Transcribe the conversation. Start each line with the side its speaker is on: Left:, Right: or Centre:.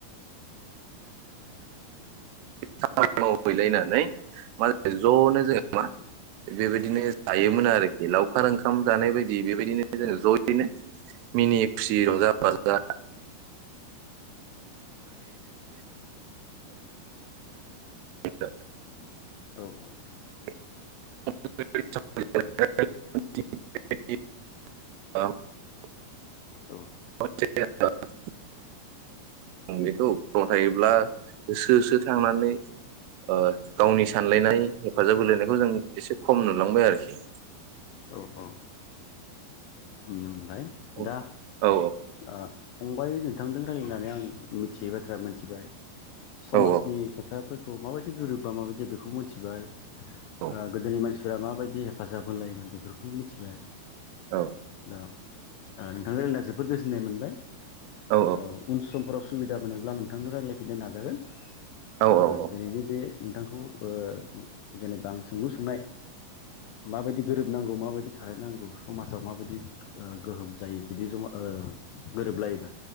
Right: खामानि मावहैलायनानै मान ज'नो जोङो मा बेबायदिनो जायोमोन आरो लावखार ओंखाम जानाय बायदि बेबायदिनो जोङो जयैनो मिनि खुसि रंजा बाजा <unintelligible>
Left: औ औ।
Right: <unintelligible>
Left: औ।
Right: <unintelligible> बेखौ गम थायोब्ला होसो होसो थांनानै ओ गावनि सानलायनाय हेफाजाब होलायनायखौ जों एसे खम नुलांबाय आरोखि।
Left: औ औ नुनो मो हाय
Right: औ
Left: दा
Right: औ
Left: ओ फंबाय नोंथांदों रायलायननानै आं मिथियै बाथ्रा मिथिबाय। समाजनि
Right: औ
Left: खोथा। फोरखौ माबायदि गोरोबबा माबायदि बेखौ मोनथिबाय। ओ
Right: औ
Left: गोदोनि मानसि फोरा माबायदि हेफाजाब होलायोमोन बेफोरखौबो मिथिबाय।
Right: औ।
Left: दा ओ नोंथां रायलायना जोबोद गोजोननाय मोनबाय।
Right: औ
Left: ऐ उन सम। <unintelligible> सुबिदा मोनोब्ला नोंथांदो रायलायफिननो नाजागोन।
Right: औ
Left: आ
Right: औ
Left: दिनैनि बे नोंथांखौ ओ जेनेबा आं सोंलु सोंनाय। माबायदि गोरोब। नांगौ माबायदि थालायनांगौ समा माबायदि ओ गोहोम जायो बिदि जमा ओ गोरोबलायोबा।